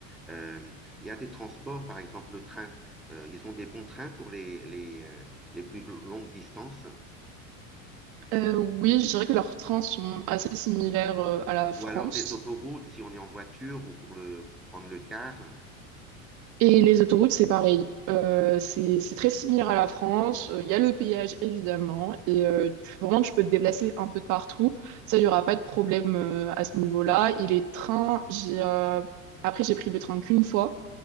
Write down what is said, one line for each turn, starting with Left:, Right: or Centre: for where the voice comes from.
Centre: Euh, il y a des transports, par exemple le train. Euh, ils ont des bons trains pour les, les, euh, les plus longues distances,
Right: Euh, oui, je dirais que leurs trains sont assez similaires euh, à la France.
Centre: ou alors des autoroutes si on est en voiture ou pour le, pour prendre le car.
Right: Et les autoroutes, c'est pareil. Euh, c'est c'est très similaire à la France. Euh, Il y a le péage, évidemment. Et euh, tu- vraiment, tu peux te déplacer un peu de partout. Ça, il n'y aura pas de problème euh, à ce niveau-là. Et les trains, j'ai, euh, après, j'ai pris le train qu'une fois.